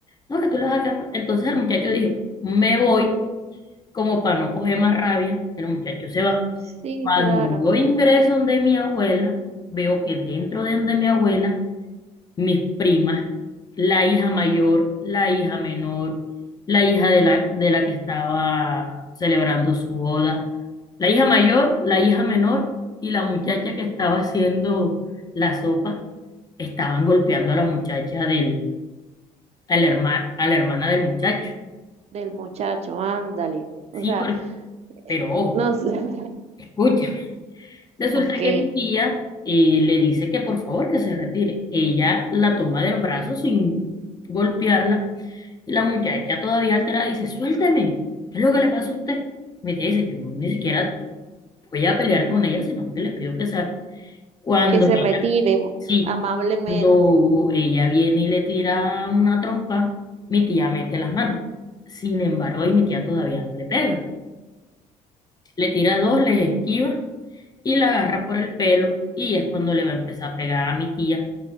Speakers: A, on the left (about 25°); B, on the right (about 45°).
A: no, que tú le vas a pegar. Entonces el muchacho dijo, me voy como para no coger más rabia. El muchacho se va.
B: Sí,
A: Cuando
B: claro,
A: yo ingreso donde mi abuela, veo que dentro de donde mi abuela, mis primas, la hija mayor, la hija menor, la hija de la, de la que estaba celebrando su boda, la hija mayor, la hija menor y la muchacha que estaba haciendo la sopa, estaban golpeando a la muchacha del, al herma- a la hermana del muchacho.
B: del muchacho, ándale. O
A: Sí,
B: sea,
A: porque,
B: eh,
A: pero ojo,
B: no sé. <laughs>
A: escucha. Resulta
B: Ok,
A: que mi tía eh, le dice que por favor que se retire. Ella la toma del brazo sin golpearla y la muchacha todavía alterada dice, suélteme, ¿qué es lo que le pasa a usted? Mi tía dice, yo ni siquiera voy a pelear con ella, sino que le pido que salga. Cuando
B: que se
A: ella,
B: retire bu-
A: sí,
B: amablemente.
A: cuando ella viene y le tira una trompa, mi tía mete las manos. Sin embargo, ahí mi tía todavía no le pega. Le tira dos, les esquiva y la agarra por el pelo y es cuando le va a empezar a pegar a mi tía